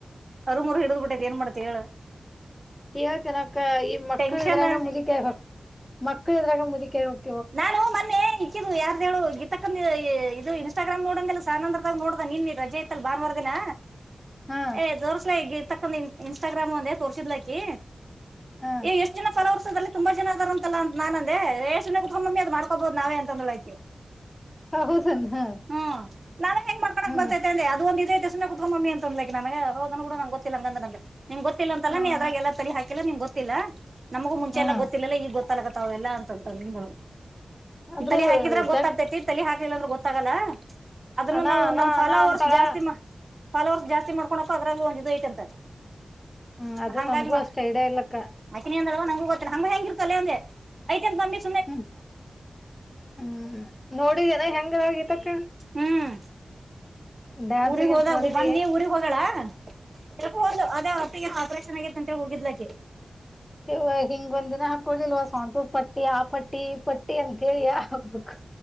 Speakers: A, on the right (about 45°); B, on the left (about 15°).
A: ಅರು ಮೂರು ಹಿಡಿದ್ ಬಿಟ್ಟೈ ಏನ್ ಮಾಡ್ತಾಯ ಹೇಳು.
B: ಹೇಳ್ತಿನಕ ಈ ಮಕ್ಕಳ
A: ಟೆನ್ಷನ್
B: ಇದ್ರಾಗ ಮುದಕೆ ಹಕ್ ಮಕ್ಕಳು ಇದ್ರಾಗ ಮುದಕೇ ಹೋಗಕ್
A: ನಾನು ಮೊನ್ನೆ ಇಕ್ಕಿದ್ದ್ ಯಾರ್ದ ಹೇಳು ಗಿತ್ತಕ್ಕಂದ ಇದು ಇನ್ಸ್ಟಾಗ್ರಾಮ್ ನೋಡಂದಿಲ್ಲ ಸಾನಂದ್ರಗ ನೋಡ್ದೆ ನಿನ್ನೆ ರಜೆ ಇತ್ತಲ್ಲ ಬನ್ವಾರದಿನ.
B: ಹಾ
A: ಏ ತೋರ್ಸಲೆ ಗೀತಕ್ಕ ಇನ್ ಇನ್ <unintelligible> ಟಾಗ್ರಾಮ್ ಅಂದೆ ತೋರ್ಸಿದ್ಲಾಕಿ
B: ಹಾ
A: ಎ ಎಷ್ಟು ಜನ ಫಲೋವರ್ಸ ದಲ್ಲಿ ತುಂಬ ಜನ ಅದರ ಅಂತಲ್ಲ ಅ ನು ಅಂದೆ ಏ ಸುಮ್ನೆ ಕುಂತುಗೊ ಮಮ್ಮಿ ಅದು ಮಾಡ್ಕೋಬಹದು ನಾವೇ ಅಂತಂದ ಹೇಳಳ್ಕೆ
B: ಹೌದನ್ ಹಾ
A: ಹ್ಮ್ ನಾವ ಹೆೇಂಗ ಮಾಡ್ಕೊಳಕ್
B: ಹ್ಮ್
A: ಬರ್ತೈತೆ ಅಂದೆ ಅದು ಒಂದು ಇದ ಐತೆ ಕಮ್ಮಿ ಅಂತಂದ ನನ ಹದ ಕೂ ನ ಗೊಲ್ಲಂಗಂದಗೆ ನಿ ಗೊಲ್ಲ ಅಂತಲ್ಲ
B: ಹ್ಮ್
A: ನೀ ಅದಾಗ ಎಲ್ಲ ತ ಹಾಕಿಲ್ಲ ನಿ ಗೊ ಗೊತ್ತಿಲ್ಲ ನಮಗೂ ಮುಂಚೆ
B: ಹ್ಮ್
A: ಎಲ್ಲ ಗೊತ್ತಿಲ್ಲಲ್ಲ ಈಗ ಗೊತ್ತಲಗತ್ತಾವೆಲ್ಲ ಅಂತ ಉಂಟ ನಿಮ್ದ
B: ಆದ್ರೂ
A: ತಲೆ ಹಾಕಿದ್ರ ಗೊತ್ತಾಗ್ತೇತಿ
B: ಜಗ್
A: ತಲಿ ಹಾಕ್ಲಿಲ್ಲ ಅಂದ್ರೂ ಗೊತ್ತಾಗಲ್ಲ ಅದನ್ನು
B: ಅಣ
A: ನಾವು
B: ಅಣ
A: ನಮ ಫಾಲೋವರ್ಸ್
B: ಅಣ ಅಂತಾಳ
A: ಜಾಸ್ತಿ ಹಲವಸ್ ಜಾಸ್ತಿ ಮಾಡ್ಕೊಂಡಕ ಅದ್ರಾಗ ಒಂದು ಇದು ಐತಂತೆ <unintelligible>
B: ಹ್ಮ್ ಅದು
A: ಹಂಗ
B: ನನ್ಗೂ
A: ಹ
B: ಅಷ್ಟ ಐಡಿಯಾ ಇಲ್ಲಕ್ಕ
A: ಹಂಗ ಹ ಹೆಂಗರ್ತದೆ ಅಂದೆ ಆಯ್ತ ಮಮ್ಮಿ <unintelligible>
B: ಹ್ಮ್ ಹ್ಮ್ ನೋಡಿದೇನ ಹೆಂಗದಾಗಿತ್ತಕ್ಕ
A: ಹ್ಮ್
B: ಡ್ಯಾನ್ಸ್
A: ಊರಿಗ್
B: ಗಿನ್ಸ್
A: ಹೋದಾಗ
B: ನೋಡಿದಿ
A: ಬಂದ ನೀ ಊಗ್ ಹೋಗಳ ಪ ಹೋದ್ಲು ಅದೇ ಹೊತ್ತಗಏನ ಆಪರೇಷನ್ ಆಗಿತ್ತ ಅಂತೇಳ ಹೋಗ್ಲಕ್ಕೆ
B: ಇ ಹಿಂಗ ಒಂದ್ ದಿನ ಹಾಕೊಳ್ಳಳಿಲ್ವ ಸೌಂ ಪಟ್ಟ ಪಟ್ಟಿ ಆ ಪಟ್ಟಿ ಈ ಪಟ್ಟಿ ಅಂತೇಳಿಯ ಹಬ್ಬಕ್